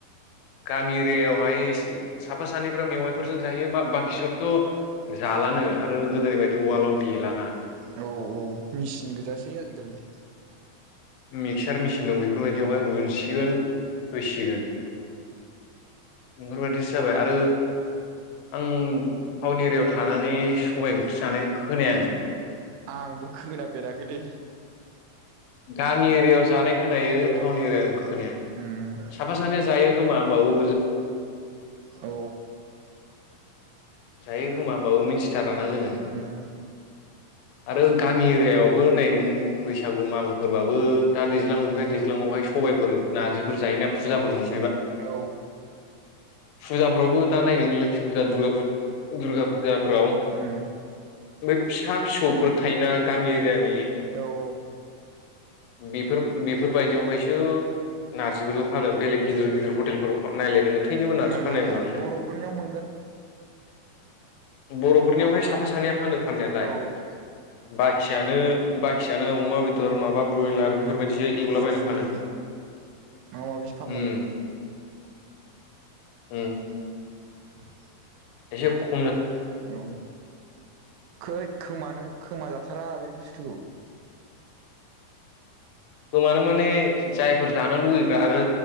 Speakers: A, on the left; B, on the right.
A: गामि यावहाय साफा सानैफ्रा मेवाइफोरजों जायो, मा बाखि सोबथ' जालानो आरो गोदोनि बायदि उवालाव देलाना।
B: औ औ मिसिन गोजासै आजिखालि।
A: मिक्सार मिसिन दं बेफोर
B: उम
A: बायदियाव उनसिगोन फैसिगोन। बेफोर बादिसो जाबाय आरो आं टाउन एरियाआव थानानै सबाइ ओंख्रि जानायखोनो खोनाया आङो।
B: आंबो खोनाफेराखैलै।
A: गामि एरियाआव जानाय खोनायो,
B: औ
A: टाउन एरियानिखौ खोनाया आङो।
B: उम
A: साफा सानैया जायो खोमा ओमबाबो
B: औ।
A: जायो खोमा होमबाबो मिनथिथाराना जोङो
B: उम
A: आरो गामि एरियायआव बो नै नों बैसागु मागो फोरबाबो दा दैज्लां मोनफैबाय, दैज्लांयावहाय सबायफोर, नारजिफोर जायोना। फुजाफोर मोन
B: औ।
A: फुजाफोरावबो दा नाय नोङो लोखि फुजा दुर्गा फुजा दुर्गा फुजाफोराव
B: उम
A: बे फिसा फिसौफोर थायोना गामि एरियानि
B: औ औ।
A: बेफोर बेफोरबायदियावहायसो नारजिफोरखौ फानो। बेलेग गिदिर गिदिर हटेलफोराव नायलाय नोङो थैनोबो नारजि
B: मोनाब्रा
A: फाननाय नुवा नोङो।
B: बर'फोरनियाव मोनगोन
A: बर'फोरनियावहाय साफा सानैया फानो फाननायालाय।
B: औ
A: बाखि बाखियानो बाखियानो अमा बेदर माबा माबा बयलार
B: उम
A: बेफोरबादिसो एवलाबायना
B: गुगुनि
A: फानो
B: माबा माबिसो फानलाबायो
A: उम उम
B: <inaudible>
A: एसे ख
B: औ खै खोमानो खोमाजाथारा बे बुस्थु थु
A: खोमानो माने जायफोर जानो लुुबैग्रा आरो